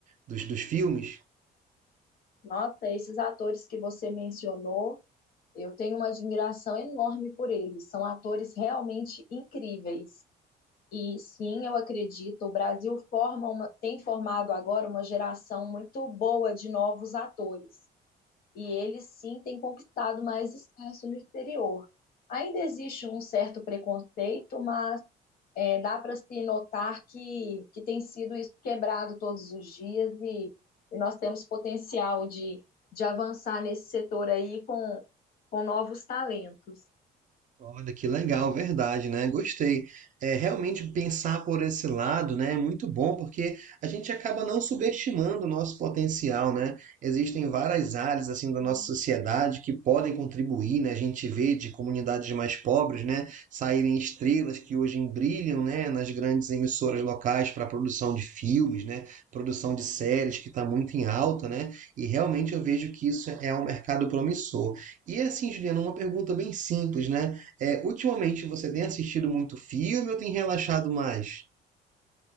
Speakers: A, on the right (about 50°); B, on the left (about 60°).
A: dos, dos filmes?
B: Nossa, esses atores que você mencionou. Eu tenho uma admiração enorme por eles. São atores realmente incríveis. E sim, eu acredito, o Brasil forma uma, tem formado agora uma geração muito boa de novos atores. E eles sim têm conquistado mais espaço no exterior. Ainda existe um certo preconceito, mas é, dá para se notar que, que tem sido isso quebrado todos os dias e, e nós temos potencial de, de avançar nesse setor aí com, com novos talentos.
A: Olha que legal, verdade, né? Gostei. É, realmente pensar por esse lado, né, é muito bom porque a gente acaba não subestimando o nosso potencial, né? Existem várias áreas assim da
B: Uhum.
A: nossa sociedade que podem contribuir, né? A gente vê de comunidades mais pobres, né, saírem estrelas que hoje brilham, né, nas grandes emissoras locais para produção de filmes, né, produção de séries que está muito em alta, né? E realmente eu vejo que isso é um mercado promissor. E assim, Juliana, uma pergunta bem simples, né? É, ultimamente você tem assistido muito filme ou tem relaxado mais?